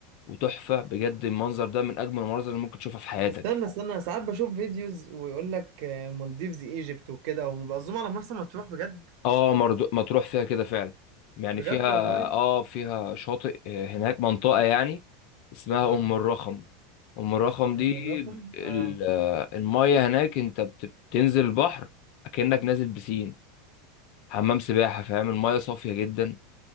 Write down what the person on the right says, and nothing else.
استنى استنى ساعات بشوف فيديوز ويقول لك آه، مالديفز ايجيبت وكده ومبقى على مرسى مطروح بجد
بجد
والله
اه
أم
الرقم
اه